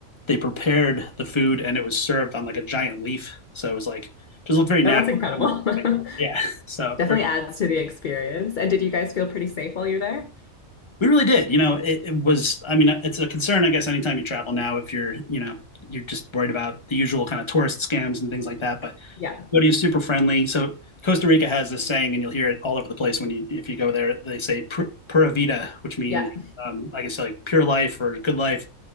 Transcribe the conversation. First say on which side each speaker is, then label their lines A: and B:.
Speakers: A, on the left (about 25°); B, on the left (about 45°).
A: they prepared the food and it was served on like a giant leaf, so it was like just looked very natural.
B: Oh, that's incredible. <laughs>
A: Yeah, <laughs> so
B: Definitely
A: very,
B: adds to the experience. And did you guys feel pretty safe while you're there?
A: we really did. You know, it, it was. I mean, it's a concern, I guess, anytime you travel now, if you're, you know, you're just worried about the usual kind of tourist scams and things like that. But
B: Yeah.
A: Cody's super friendly. So Costa Rica has this saying, and you'll hear it all over the place when you if you go there. They say "Pu- "pura vida," which means
B: Yeah,
A: um, I guess like pure life or good life,